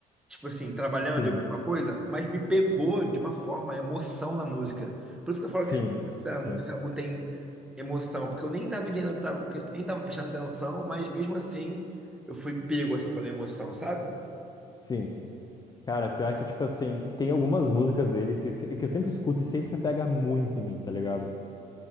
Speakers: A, in the centre; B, on the left.
A: tipo assim, trabalhando
B: Sim,
A: e ouvindo uma coisa, mas me pegou de uma forma, a emoção na música. Por isso que eu falo
B: sim,
A: que esse, essa-
B: sim,
A: esse álbum tem emoção, porque eu nem tava entendendo o que tava, o que- nem tava prestando atenção, mas mesmo assim eu fui pego assim pela emoção, sabe?
B: sim. Cara, pior que, tipo assim, tem algumas músicas dele que, se- que eu sempre escuto e sempre pega muito em mim, tá ligado?